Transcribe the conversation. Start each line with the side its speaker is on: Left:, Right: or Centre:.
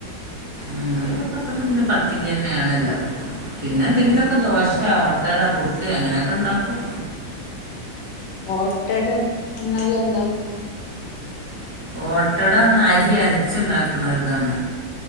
Right: ഞങ്ങളെ ഈ ഭാഗത്തൊക്കെ പിന്നെ പത്തിരി തന്നെയാണ് എല്ലാരും പിന്നെ എന്തെങ്കിലൊക്കെ
Left: ഉം
Right: ദോശ, ഓട്ടട, പുട്ട് അങ്ങനെയൊക്കണ്ടാക്കും.
Left: ഓട്ടട എന്നാലെന്താ?
Right: ഓട്ടടന്നാ അരി അരച്ച്ണ്ടാക്കണതാണ്.